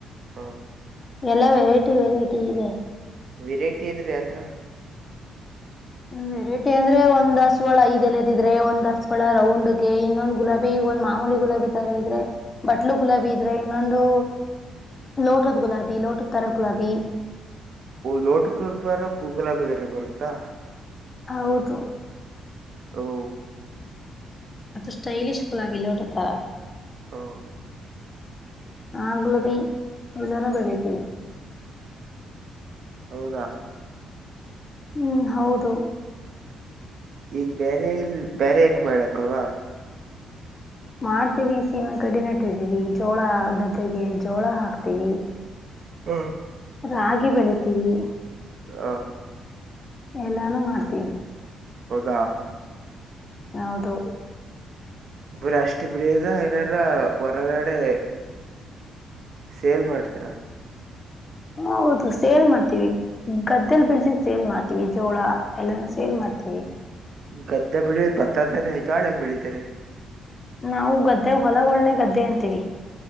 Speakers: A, on the right; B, on the left.
A: ಹ್ಮ
B: ಎಲ್ಲ ವೆರೈಟಿ ವೆರೈಟಿ ಇದೆ
A: ವರೈಟಿ ಏನ್್ರೀ ಆತ್ರ
B: ವೆರೈಟಿ ಅಂದ್ರೆ ಒಂದ್ ದಸವಾಳ ಇದೆಲ್ಲದಿದ್ರೆ ಒಂದ್ ದಸವಾಳ ರೌಂಡ್ಗೆ ಇನ್ನೊಂದ್ ಗುಲಾಬಿ ಒಂದ್ ಮಾಮೂಲಿ ಗುಲಾಬಿ ತರ ಇದ್ರೆ ಬಟ್ಲು ಗುಲಾಬಿ ಇದ್ರೆ ಇನ್ನೊಂದು ಲೋಟದ ಗುಲಾಬಿ ಲೋಟದ ತರಾ ಗುಲಾಬಿ
A: ಲೋಟಕ ಬರ ಗೂಗಲ್ಬಿ ಬೇರೆ ಬರುತ್ತಾ
B: ಹೌದು
A: ತೋ
B: ಅದುಷ್ಟ್ಟೈಲಿಷ್ ಗುಲಾಬಿಲ್ಲಿೋಡ್ತಾರ
A: ಹ್ಮ
B: ಹ ಗುಲ್ಬಿ ಎಲ್ಲಾನೂ ಬೆಳಿತೀವಿ
A: ಹೌದಾ
B: ಹ್ಮ್ ಹೌದು
A: ಇನ್ ಬೇರೆ ಏನ್ ಬೇರೆ ಏನು ಮಾಡಾಕ್ಲ್ವಾ
B: ಮಾಡ್ತೀವಿ ಸೀಮನ್ ಕಡ ನೆಟ್ಟ ರ್ಿದೀವಿ ಜೋಳ ದದ್ದೆಗೆ ಜೋಳ ಹಾಕ್ತಿೀವಿ
A: ಹ್ಮ
B: ರಾಗಿ ಬೆಳಿತೀವಿ
A: ಹಾ
B: ಎಲ್ಲಾನು ಮಾಡ್ತೀವಿ
A: ಹೌದಾ
B: ಹೌದು
A: ಇಬರ ಅಷ್ಟು ಬಿಳದ ಏನಾರ ಹೊರಗಡೆ ಸೇಲ್ ಮಾಡ್ತೀರಾ ಹ
B: ಹೌದು ಸೇಲ್ ಮಾಡ್ತೀವಿ ಗದ್ದಲ್ ಬಿಳ್ಸ ಸೇಲ್ ಮಾಡ್ತೀವಿ ಜೋಳ ಎಲ್ಲಾನ ಸೇಲ್ ಮಾಡ್ತೀವಿ
A: ಗದ್ದೆ ಬೆಳಿಯದ ಬತ್ತಾತಾನ ಜಾಳಾಗ ಬೆಳಿತಾರೆ
B: ನಾವು ಗದ್ದೆ ಹೊಲಗೊಳ್ನೆ ಗದ್ದೆ ಅಂತೀವಿ